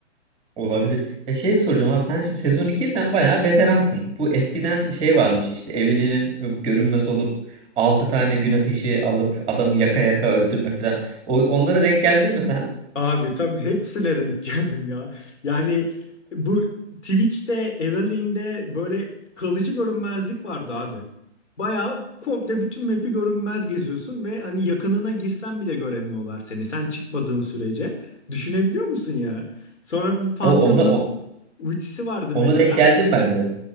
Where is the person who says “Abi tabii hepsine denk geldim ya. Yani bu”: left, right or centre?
Left